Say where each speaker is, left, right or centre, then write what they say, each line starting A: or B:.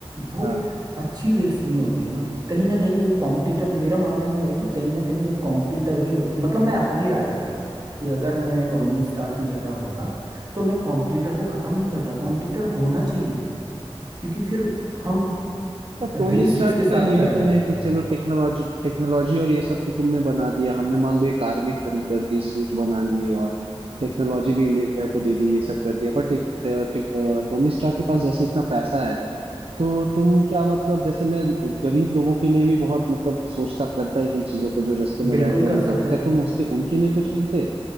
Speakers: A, on the right; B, on the right.
A: वो
B: हाँ
A: एक अच्छी रेस नहीं होती है ना कहीं ना कहीं एक कॉम्पिटिटर मेरा मानना ये है कि कहीं ना कहीं एक कॉम्पिटिटर भी होता मतलब मैं अपनी राय दे रहा हूँ कि अगर मैं टोनी स्टार की जगह होता तो मैं कॉम्पिटिटर को ख़त्म नहीं करता कॉम्पिटिटर होना चाहिए क्योंकि फिर हम
B: अच्छा टोनी
A: रेस
B: स्टार्क
A: किसके साथ
B: का ये
A: करेंगे
B: भी तो है कि चलो टेक्नोलॉजी टेक्नोलॉजी और ये सब तो तुमने बना दिया हमने मान लो एक आर्मी खड़ी कर दी सूट बना लिए और टेक्नोलॉजी भी इंडिया को दे दी ये सब कर दिया बट एक टे- टे- अ, टोनी स्टार्क के पास जैसे इतना पैसा है तो तुम क्या मतलब जैसे मैं गरीब लोगों के लिए भी बहुत मतलब सोचता करता है इन चीजों को जो रास्ते में
A: बिल्कुल
B: रहते हैं
A: कर
B: और ये सब
A: सकते
B: क्या
A: थे
B: तुम उसके उनके लिए कुछ करते